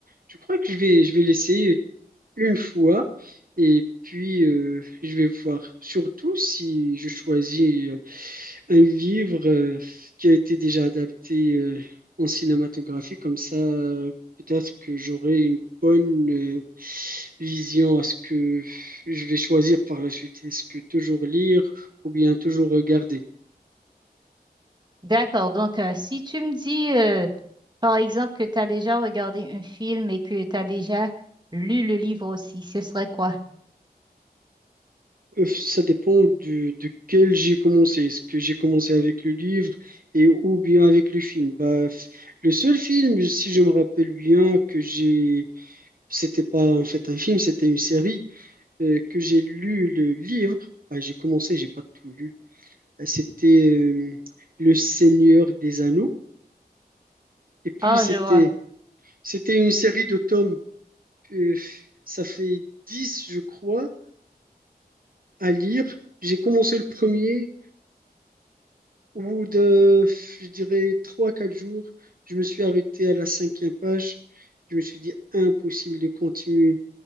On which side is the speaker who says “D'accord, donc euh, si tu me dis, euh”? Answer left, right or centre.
Right